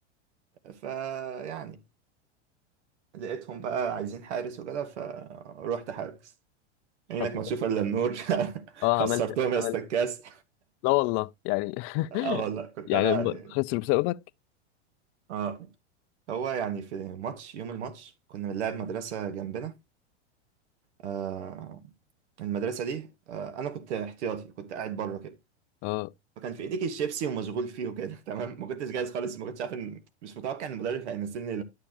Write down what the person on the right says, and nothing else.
فيعني لقيتهم بقى عايزين حارس وكده فروحت حارس عينك
ما تشوف الا النور <laughs>
خسرتهم
يا
اسطى الكاس
اه
والله كنت
انا يعني
اه هو يعني في ماتش يوم الماتش كنا بنلعب مدرسة جنبنا آه المدرسة دي آه انا كنت احتياطي كنت قاعد بره كده
فكان في ايديك الشيبسي ومشغول فيه وكده <laughs> تمام ما كنتش جاهز خالص ما كنتش عارف ان مش متوقع ان المدرب هينزلني